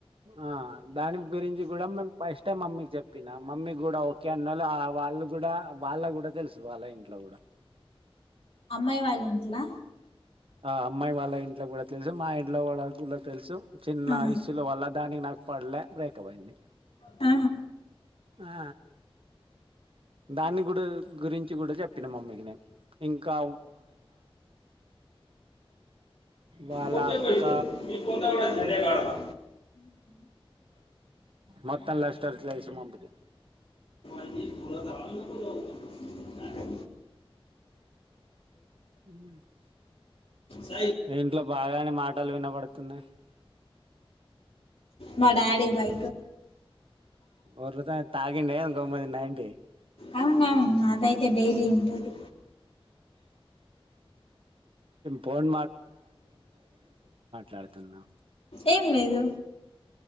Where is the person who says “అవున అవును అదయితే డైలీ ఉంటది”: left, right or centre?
Left